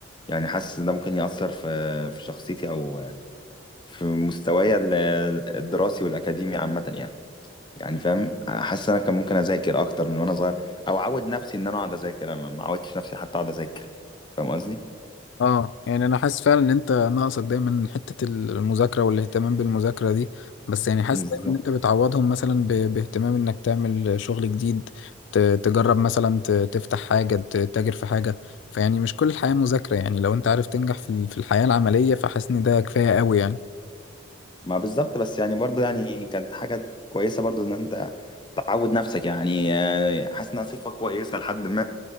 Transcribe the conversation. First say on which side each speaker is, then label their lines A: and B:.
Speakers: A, on the left; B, on the left.
A: يعني حاسس ان ده ممكن ياثر في في شخصيتي او في مستواي ال- الدراسي والاكاديمي عامه يعني يعني فاهم حاسس إن انا كان ممكن اذاكر اكتر من وانا صغير او اعود نفسي ان انا اقعد اذاكر انا ما عودتش نفسي حتى اقعد اذاكر فاهم قصدي
B: اه يعني انا حاسس فعلا ان انت ناقصك دايما حتة المذاكرة والاهتمام بالمذاكرة دي بس يعني حاسس
A: بالظبط
B: دايما ان انت بتعوضهم مثلا ب... باهتمام انك تعمل شغل جديد ت... تجرب مثلا ت... تفتح حاجة ت... تتاجر في حاجة فيعني مش كل الحياة مذاكرة يعني لو انت عارف تنجح في ال- في الحياة العملية فحاسس ان ده كفاية قوي يعني
A: ما بالظبط بس يعني برضو يعني كانت حاجه كويسه برضو ان انت تعود نفسك يعني آه، حاسس انها صفه كويسه لحد ما